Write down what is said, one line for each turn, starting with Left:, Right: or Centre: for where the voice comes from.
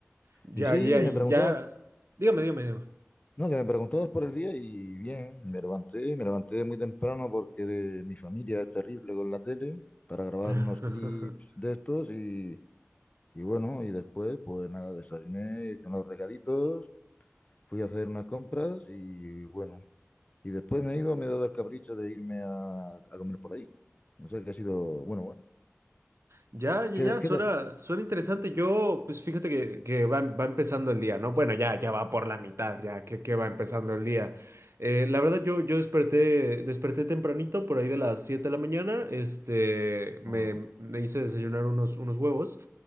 Right: Ya,
Left: Y sí,
Right: ya,
Left: me
Right: ya.
Left: preguntaba
Right: Dígame, dígame, dígame.
Left: No, que me preguntó dos por el día y bien, me levanté, me levanté muy temprano porque de- mi familia es terrible con la tele para grabar
Right: <laughs>
Left: unos clips de estos y, y bueno, y después pues nada, desayuné, hice unos recaditos, fui a hacer unas compras y bueno, y después me he ido, me he dado el capricho de irme a, a comer por ahí. No sé, que ha sido, bueno, bueno.
Right: Ya, ya,
Left: ¿Qué,
Right: ya,
Left: qué
Right: suena,
Left: tal?
Right: suena interesante. Yo, pues fíjate que, que va, va empezando el día, ¿no? Bueno, ya, ya va por la mitad, ya que, que va empezando el día. Eh, la verdad, yo, yo desperté, desperté tempranito, por ahí de las 7 de la mañana. Este, me,
Left: Ajá.
Right: me hice desayunar unos, unos huevos.